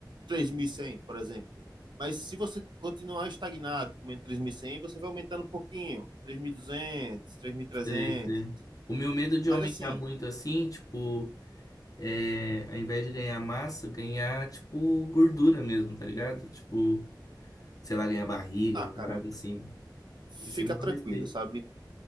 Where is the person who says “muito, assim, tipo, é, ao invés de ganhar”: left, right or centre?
Left